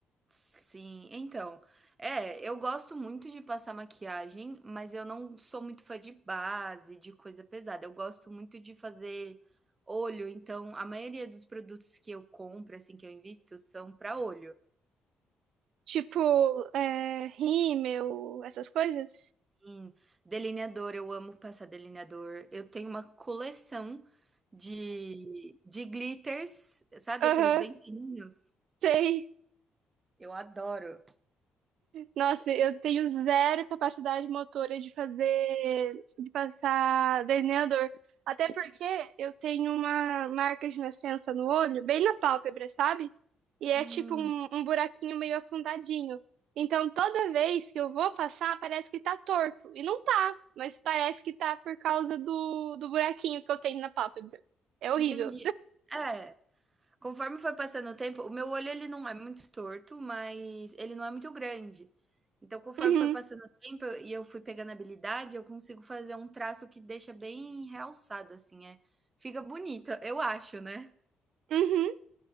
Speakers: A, on the right; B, on the right.
A: Sim, então. É, eu gosto muito de passar maquiagem, mas eu não sou muito fã de base, de coisa pesada. Eu gosto muito de fazer olho, então a maioria dos produtos que eu compro, assim, que eu invisto, são para olho.
B: Tipo, é, rímel, essas coisas?
A: Sim, delineador, eu amo passar delineador. Eu tenho uma coleção de, de glitters, sabe
B: Aham,
A: aqueles bem fininhos?
B: sei.
A: Eu adoro.
B: Nossa, eu tenho zero capacidade motora de fazer, de passar delineador. Até porque eu tenho uma marca de nascença no olho, bem na pálpebra, sabe? E é
A: Hum,
B: tipo um, um buraquinho meio afundadinho. Então toda vez que eu vou passar, parece que tá torto. E não tá, mas parece que tá por causa do, do buraquinho que eu tenho na pálpebra. É horrível.
A: entendi. É, conforme foi passando o tempo, o meu olho ele não é muito torto, mas ele não é muito grande. Então, conforme
B: Uhum,
A: foi passando o tempo eu- e eu fui pegando habilidade, eu consigo fazer um traço que deixa bem realçado, assim, é, fica bonito, eu acho, né?
B: uhum.